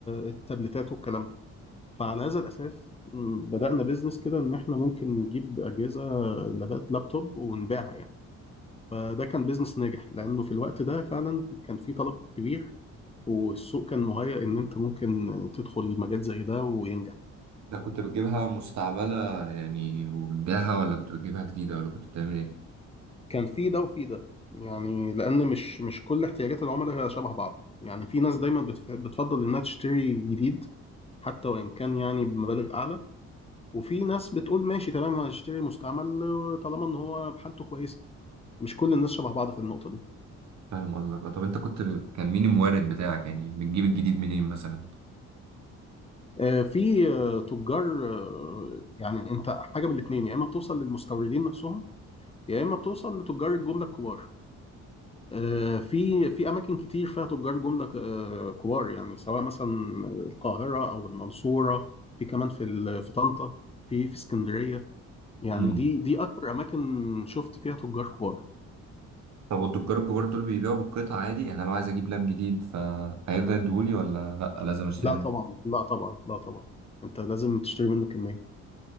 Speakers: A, on the left; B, on the right.
A: التابلتات والكلام ده فعلى هذا الأساس م، بدأنا بيزنس كده إن إحنا ممكن نجيب أجهزة لابات لابتوب ونبيعها يعني فده كان بيزنس ناجح لأنه في الوقت ده فعلا كان في طلب كبير والسوق كان مهيأ إن أنت ممكن تدخل مجال زي ده وينجح
B: ده كنت بتجيبها مستعمله يعني وبتبيعها ولا كنت بتجيبها جديده ولا كنت بتعمل ايه
A: كان في ده وفي ده يعني لأن مش مش كل احتياجات العملاء شبه بعض يعني في ناس دايما بتف- بتفضل إنها تشتري جديد حتى وإن كان يعني بمبالغ أعلى وفي ناس بتقول ماشي تمام هشتري مستعمل طالما إن هو حالته كويسة مش كل الناس شبه بعض في النقطة دي
B: فاهم قصدك آه، طب انت كنت ب... كان مين المورد بتاعك يعني بتجيب الجديد منين مثلا
A: آه، في آه، تجار آه، يعني أنت حاجة من الاتنين يا إما بتوصل للمستوردين نفسهم يا إما بتوصل لتجار الجملة الكبار آه، في في اماكن كتير فيها تجار جمله ك- آه، كبار يعني سواء مثلا القاهره او المنصوره في كمان في ال- في طنطا في في اسكندريه يعني
B: امم
A: دي دي اكتر اماكن شفت فيها تجار كبار
B: طب والدكار الكبار دول بيبيعوا بالقطع عادي يعني لو عايز اجيب لاب جديد فهيرضى يديهولي ولا لا لازم اشتري
A: لا
B: منه
A: طبعا لا طبعا لا طبعا انت لازم تشتري منه كميه